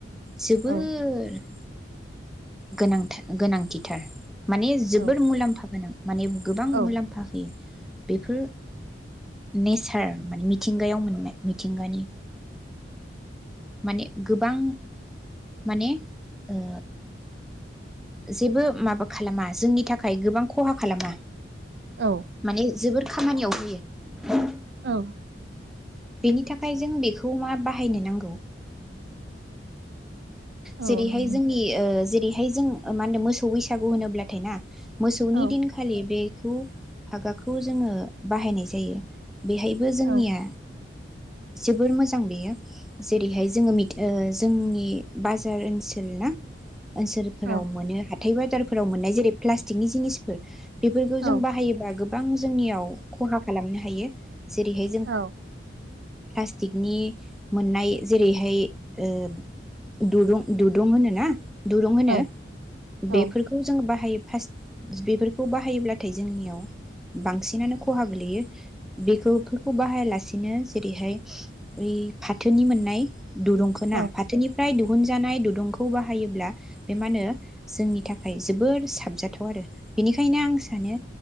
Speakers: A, in the centre; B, on the right (about 60°).
A: जोबोर
B: औ
A: गोनांथा गोनांथिथार। माने जोबोर
B: औ
A: मुलाम्फा गोनां‌। माने गोबां
B: औ
A: मुलाम्फा होयो। बेफोर नेचार माने मिथिंगायाव मोननाय मिथिंगानि माने गोबां माने ओ जेबो माबा खालामा जोंनि थाखाय गोबां खहा खालामा।
B: औ
A: माने जोबोर खामानियाव होयो।
B: औ।
A: बेनि थाखाय जों बेखौ मा बाहायनो नांगौ?
B: औ
A: जेरैहाय
B: नंगौ नोंथां
A: जोंनि ओ जेरैहाय जों मा होनो मोसौ बैसागु होनोब्लाथाय ना मोसौनि
B: औ
A: दिनखालि बे खौ हागाखौ जोङो बाहायनाय जायो। बेहायबो जोंनिया
B: औ
A: जोबोर मोजां बेयो जेरैहाय जोङो मिथ-ओ जोंनि बाजार ओनसोल ना ओनसोलफोराव
B: औ
A: मोनो हा थाइ बाजारफोराव मोननाय जेरै प्लास्टिकनि जिनिसफोर बेफोरखौ
B: औ
A: जों बाहायोबा गोब बां जोंनियाव खहा खालामनो हायो। जेरैहाय जों
B: औ
A: प्लास्टिकनि मोननाय जेरैहाय ओ दुरुं दुरुं होनो ना दुरुं होनो
B: औ औ
A: बेफोरखौ जोङो बाहायो। फास बेफोरखौ बाहायोब्लाथाय जोंनियाव बांसिनानो खहा गोलैयो बेफोरखौ बाहायालासेनो जेरैहाय ओइ फाथोनि मोननाय दुरुंखो
B: औ
A: ना फाथोनि फ्राय दिहुनजानाय दुदुंखौ बाहायोब्ला बे मा ओनो जोंनि थाखाय जोबोर साबजाथाव आरो बेनिखायनो आं सानो